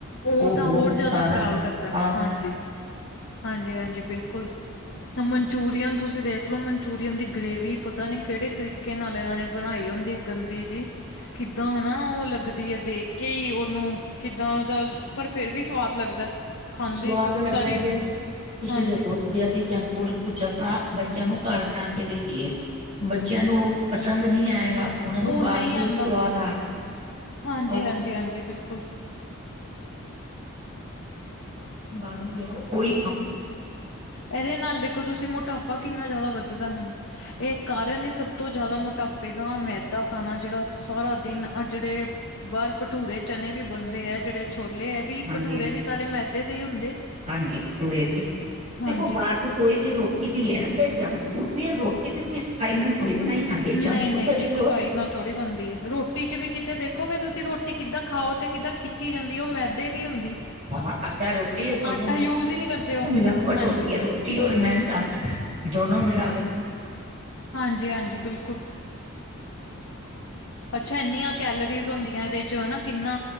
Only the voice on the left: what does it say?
ਓ
ਤਾਂ ਹੋਰ
ਜ਼ਿਆਦਾ ਖ਼ਰਾਬ
ਕਰਦਾ
ਹਾਂਜੀ ਹਾਂਜੀ ਹਾਂਜੀ ਬਿਲਕੁਲ। ਮਨਚੂਰੀਅਨ ਤੁਸੀਂ ਦੇਖ ਲੋ ਮਨਚੂਰੀਅਨ ਦੀ ਗ੍ਰੇਵੀ ਪਤਾ ਨੀ ਕਿਹੜੇ ਤਰੀਕੇ ਨਾਲ ਇਹਨਾਂ ਨੇ ਬਣਾਈ ਹੁੰਦੀ। ਗੰਦੀ ਜੀ ਕਿੱਦਾਂ ਹਨਾ ਉਹ ਲੱਗਦੀ ਐ ਦੇਖ ਕੇ ਈ ਉਹਨੂੰ ਕਿੱਦਾਂ ਪਰ ਫਿਰ ਵੀ ਸਵਾਦ ਲੱਗਦਾ। ਖਾਂਦੇ
ਸਾਰੀ
ਹਾਂਜੀ
ਓ
ਨਈ
ਆਂਦਾ
ਹਾਂਜੀ
ਹਾਂਜੀ ਹਾਂਜੀ ਬਿਲਕੁਲ।
ਇਹਦੇ ਨਾਲ ਦੇਖੋ ਤੁਸੀਂ ਮੋਟਾਪਾ ਕਿੰਨਾ ਜ਼ਿਆਦਾ ਵੱਧਦਾ ਹੁਣ। ਏ ਕਾਰਨ ਸਭ ਤੋਂ ਜ਼ਿਆਦਾ ਮੋਟਾਪੇ ਦਾ ਮੈਦਾ ਖਾਣਾ ਜਿਹੜਾ ਸਾਰਾ ਦਿਨ ਅਹ ਜਿਹੜੇ ਬਾਹਰ ਭਟੂਰੇ ਚਣੇ ਵੀ ਬਣਦੇ ਐ ਜਿਹੜੇ ਛੋਲੇ ਐ ਵੀ
ਭਟੂਰੇ
ਵੀ ਸਾਰੇ ਮੈਦੇ ਦੇ ਈ ਹੁੰਦੇ।
ਹਾਂਜੀ
ਨਹੀਂ
ਨਹੀਂ
ਜੀ
ਸਫ਼ਾਈ ਨਾਲ ਥੋੜ੍ਹੀ ਬਣਦੀ ਐ ਰੋਟੀ ਚ ਵੀ ਕਿਤੇ ਦੇਖੋਗੇ ਕਿ ਤੁਸੀਂ ਰੋਟੀ ਕਿੱਦਾਂ ਖਾਓ ਤੇ ਕਿੱਦਾਂ ਖਿੱਚੀ ਜਾਂਦੀ ਓ ਮੈਦੇ ਦੀ ਹੁੰਦੀ।
ਆਟਾ
ਯੂਜ
ਹੀ ਨਹੀਂ ਕਰਦੇ ਉਹ
ਹਾਂਜੀ
ਹਾਂਜੀ ਹਾਂਜੀ ਬਿਲਕੁਲ। ਅੱਛਾ, ਇੰਨੀਆਂ ਕੈਲਰੀਜ਼ ਹੁੰਦੀਆਂ ਇਹਦੇ ਚ ਹਨਾ ਕਿੰਨਾ